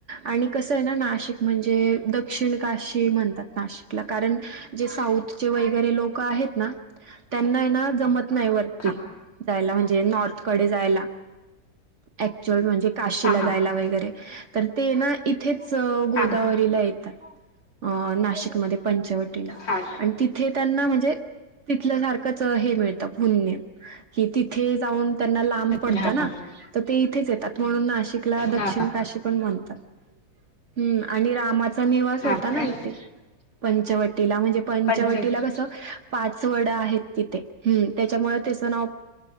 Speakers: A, on the right (about 45°); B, on the left (about 80°).
A: आणि कसं आहे ना नाशिक म्हणजे दक्षिण काशी म्हणतात नाशिकला कारण जे साऊथचे वगैरे लोक आहेत ना त्यांना ना जमतं नाही वरती
B: हा
A: जायला म्हणजे नॉर्थकडे जायला अऍक्च्युअल म्हणजे काशीला
B: हा हा
A: जायला वैगैरे तर ते ना इथेच गोदावरीला
B: हा हा
A: येतात नाशिकमध्ये पंचवटी ला
B: हा
A: आणि तिथे त्यांना म्हणजे तिथलं सारखंच हे मिळतं पुण्य कि ते तेथे जाऊन त्यांना लांब
B: हा
A: पडत ना तर ते इथेच येतात म्हणून नाशिक ला दक्षिण
B: हा
A: काशी पण म्हणतात आणि रामा चा निवास
B: हा
A: होता ना
B: काय
A: इथे पंचवटीला म्हणजे पंचवटीला
B: पंचवटी
A: कस पाच वड आहेत तिथे ह् त्याच्यामुळे त्याचं नाव